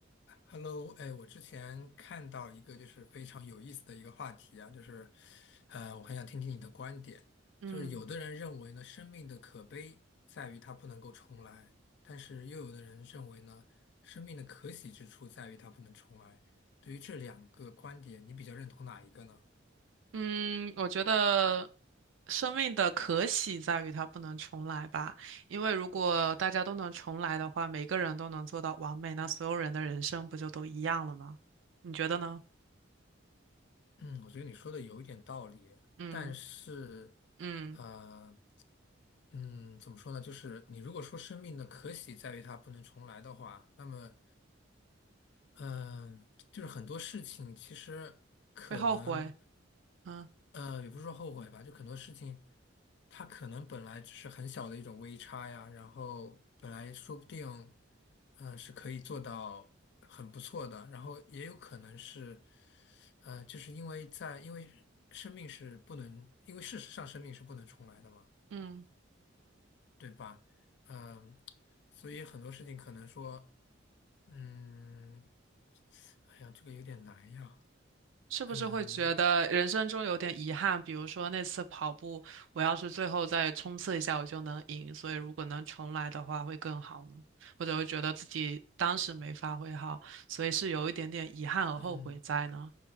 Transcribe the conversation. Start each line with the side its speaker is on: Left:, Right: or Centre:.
Left: Hello，哎，我之前看到一个就是非常有意思的一个话题啊，就是，呃，我很想听听你的观点。
Right: 嗯
Left: 就是有的人认为呢，生命的可悲在于它不能够重来，但是又有的人认为呢，生命的可喜之处在于它不能重来。对于这两个观点，你比较认同哪一个呢？
Right: 嗯，我觉得生命的可喜在于它不能重来吧，因为如果大家都能重来的话，每个人都能做到完美，那所有人的人生不就都一样了吗？你觉得呢？
Left: 嗯，我觉得你说的有一点道理，
Right: 嗯
Left: 但是，
Right: 嗯，
Left: 呃，嗯，怎么说呢？就是你如果说生命的可喜在于它不能重来的话，那么嗯，就是很多事情其实可能，
Right: 会后悔，嗯
Left: 呃，也不是说后悔吧，就很多事情，它可能本来只是很小的一种微差呀，然后本来说不定，嗯、是可以做到很不错的，然后也有可能是，呃，就是因为在，因为生命是不能，因为事实上生命是不能重来的嘛，
Right: 嗯。
Left: 对吧？嗯，所以很多事情可能说。嗯，哎呀，这个有点难呀。
Right: 是不是会觉得人生中有点遗憾？
Left: 嗯
Right: 比如说那次跑步，我要是最后再冲刺一下，我就能赢。所以如果能重来的话，会更好呢？或者会觉得自己当时没发挥好，所以是有一点点遗憾和后悔在呢？
Left: 嗯，